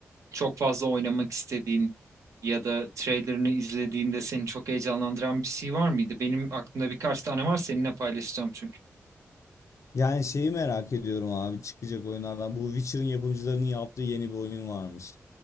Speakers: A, on the right (about 75°); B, on the left (about 65°).
A: çok fazla oynamak istediğin ya da trailerını izlediğinde seni çok heyecanlandıran bir şey var mıydı? Benim aklımda birkaç tane var seninle paylaşacağım çünkü.
B: Yani şeyi merak ediyorum abi çıkacak oyunlardan. Bu Witcher'ın yapımcılarının yaptığı yeni bir oyun varmış.